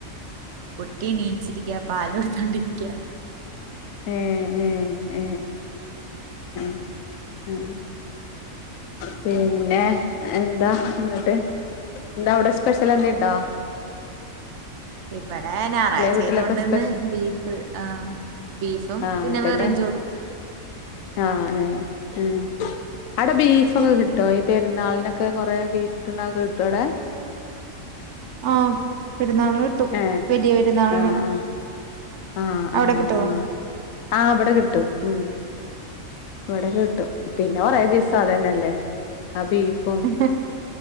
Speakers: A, on the right; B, on the left.
A: കുട്ടി നീച്ചിരിക്കുക പാല് കൊടുത്തോണ്ടിരിക്ക
B: ഏ ഏ ഹെ ഉം ഉം പിന്നെ എന്താ എന്നിട്ട് ഇന്ന് അവിടെ സ്പെഷ്യൽ എന്തങ്ങിലും ഉണ്ടോ
A: ഇവടെ ഞായറാഴ്ചയായത്
B: വീട്ടിലൊക്കെ
A: കൊണ്ടന്ന്
B: സ്പെഷ്യൽ
A: ബീഫ് ആഹ് ബീഫും
B: ആഹ്
A: പിന്നെ
B: അതന്നെ
A: വെറുംചോറും
B: ആഹ് ഏ അവിടെ ബീഫ് ബീഫൊക്കെ കിട്ടോ ഈ പെരുന്നാളിനൊക്കെ കുറെ ബീഫ്ട്ട്ണോക്കെ കിട്ടോ അവിടെ
A: ആം പെരുന്നാള്ന് കിട്ടും
B: ഏഹ്
A: വലിയ പെരുന്നാളിന്
B: ആഹ് ആഹ് ആഹ്
A: അവിടെ
B: ആഹ്
A: കിട്ടോ
B: ആഹ് ആഹ് ഇവടെ കിട്ടും ഉം ഇവടെ കിട്ടും പിന്നെ കുറെ ദിവസം അതന്നെല്ലേ ആ ബീഫ്
A: ഹ